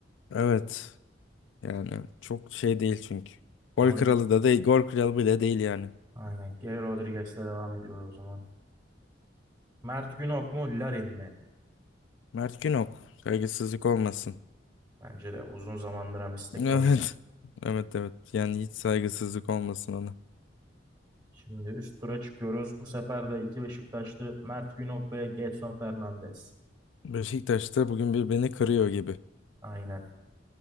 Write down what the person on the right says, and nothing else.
O
zaman
aynen Geri Rodriguez'le devam ediyoruz o zaman. Mert Günok mu Larin mi?
Bence de uzun zamandır hem istikrarlı.
Şimdi üst tura çıkıyoruz. Bu sefer de iki Beşiktaşlı Mert Günok ve Gedson Fernandes.
Aynen.